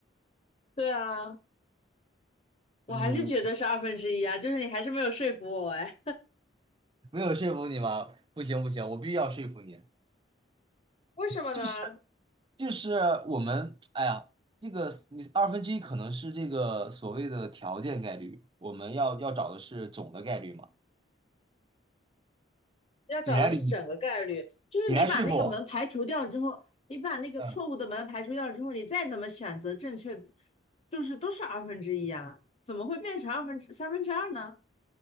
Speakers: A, on the left; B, on the right.
A: 对啊，我还是觉得是二分之一啊，
B: 嗯，
A: 就是你还是没有说服我哎，
B: 没有说服你吗？不行不行，我必须要说服你。
A: 为什么呢？
B: 就是就是我们，哎呀，这个你二分之一可能是这个所谓的条件概率，我们要要找的是总的概率嘛。
A: 要找的是整个概率，
B: 你来捋。
A: 就是你把那个门排除掉之后，
B: 你来说服我，
A: 你把那个错误的门排除掉之后，
B: 嗯，
A: 你再怎么选择正确，就是都是二分之一啊，怎么会变成二分之三分之二呢？